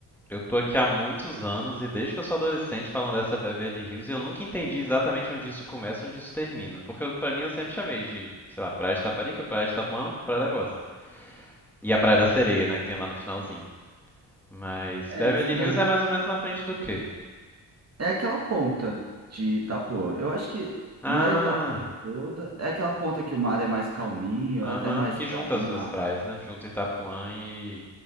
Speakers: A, in the centre; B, on the right.
A: Eu tô aqui há muitos anos e desde que eu sou adolescente falando dessa Beverly Hills e eu nunca entendi exatamente onde isso começa, e onde isso termina. Porque eu- pra mim eu sempre chamei de, sei lá, Praia de Taparica, Praia de Itapuã, Praia da Gosta. E a Praia da Sereia, né, que tem lá no finalzinho. Mas
B: É,
A: Beverly
B: Essa daí
A: Hills é mais ou menos na frente do quê?
B: É aquela ponta de Itapuã. Eu acho que
A: Ah,
B: não é Itapuã toda, é aquela ponta que o mar é mais calminho,
A: aham,
B: é até mais
A: que
B: clarinha
A: junta as duas
B: a
A: praias,
B: água.
A: né? Junta Itapuã e,